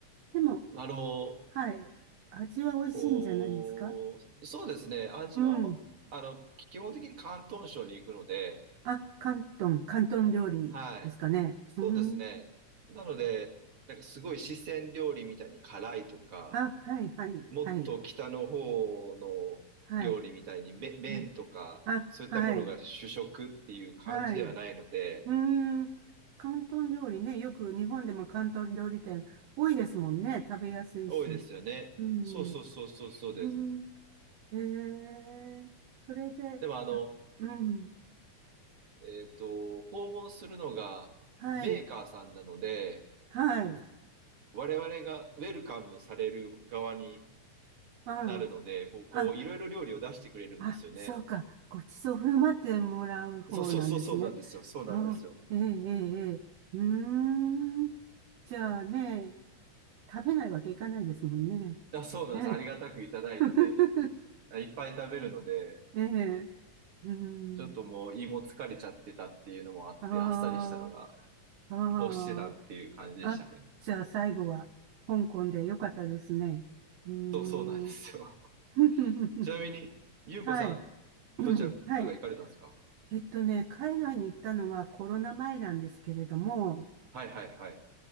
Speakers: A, on the right; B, on the right.
A: でも、
B: あの、
A: はい、味は美味しいんじゃないですか
B: こう、そうですね。味は、
A: うん。
B: あの、基本的に広東省に行くので、
A: あ、広東、広東料理ですかね。
B: はい。そうですね。
A: うーん。
B: なので、なんかすごい四川料理みたいに辛いとか、
A: あ、はい、はい、
B: もっと北の方の料理みたいにめ麺とかそういったものが主食っていう感じではないので
A: はい、はい。うんあ、はい、はい。うーん。広東料理ね。よく日本でも広東料理店多いですもんね。食べやすいし。
B: 多いですよね。
A: うん。
B: そうそうそうそうそうです。
A: うん。えー、それで、
B: でもあの、
A: ちょ、うん。
B: えっと、訪問するのがメーカーさんなので
A: はい。はい。
B: 我々がウェルカムされる側に
A: あ
B: なるのでもうこういろいろ料理を出してくれるんですよね。
A: あ。あ、あ、そうか。ごちそう振る舞ってもらう方なんですね。
B: そうそうそうそうなんですよ。そうなんですよ。
A: ああ、ええ、ええ、ええ。うーん。じゃあね、食べないわけいかないですもんね。
B: あ、そうなんです。
A: ね。
B: ありがたくいただいてい
A: <laughs>
B: いっぱい食べるので。
A: ええ、うん。
B: ちょっともう胃も疲れちゃってたっていうのもあって、
A: あ
B: あっさりしたのが
A: あ、あ
B: 欲してたっていう感じでしたね。
A: あ、あ、じゃあ最後は香港でよかったですね。うー
B: そうそうなんですよ。
A: ん。
B: <laughs>
A: <laughs>
B: ちなみに、ゆうこさん、
A: はい。<clears throat> うんはい。
B: どちらが行かれたんですか
A: えっとね、海外に行ったのはコロナ前なんですけれども、
B: はいはいはい。